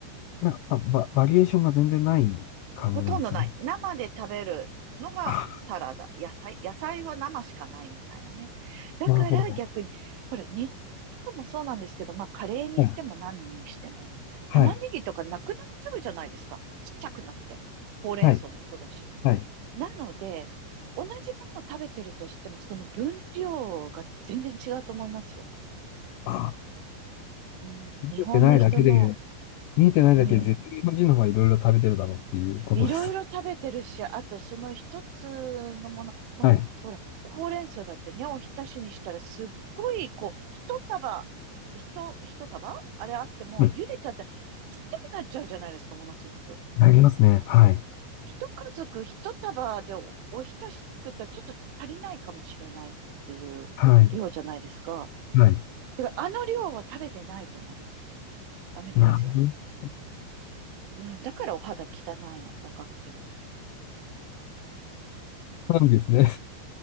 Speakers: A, on the left; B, on the right.
A: やっぱバ、ババリエーションが全然ない感じなんですよね。
B: ほとんどない。生で食べるのがサラダ。
A: あ、
B: 野菜、野菜は生しかないみたいなね。だから逆に、
A: なるほど。
B: ほら、日本の人もそうなんですけど、まあ、カレーにしても何にしても、
A: はい。はい。
B: 玉ねぎとかなくなっちゃうじゃないですか。ちっちゃくなって。ほうれん草もそうだし。
A: はい。はい
B: なので、同じものを食べてるとしても、その分量が全然違うと思いますよ。
A: あ、
B: うん。
A: 見えてないだけで、
B: 日本の人の、
A: 見えてないだけで絶対日本人の方がいろいろ食べてるだろうっていうことですね。
B: うん。いろいろ食べてるし、あとその一つのもの、ま、
A: はい。
B: ほら、ほうれん草だってね、おひたしにしたらすっごい、こう、一束、一、一束あれあっても、
A: はい。
B: 茹でちゃったらちっちゃくなっちゃうじゃないですか、ものすごく。
A: なりますね。はい。
B: 一家族一束でお、おひたし作ったらちょっと足りないかもしれないっていう量じゃないですか。
A: はい。はい。
B: だからあの量は食べてないと思います。アメリカ人は。
A: なるほど。
B: うん、だからお肌汚いの、若くても。
A: なん <laughs> ですね。